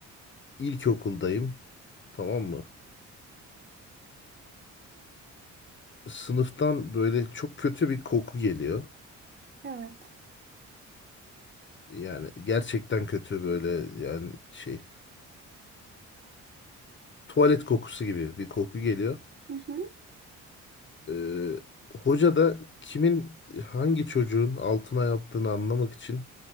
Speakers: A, on the left; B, on the right.
A: İlkokuldayım. Tamam mı? Ee, sınıftan böyle çok kötü bir koku geliyor.
B: Evet.
A: Yani gerçekten kötü böyle yani şey tuvalet kokusu gibi bir koku geliyor.
B: Hı hı.
A: Ee, hoca da kimin hangi çocuğun altına yaptığını anlamak için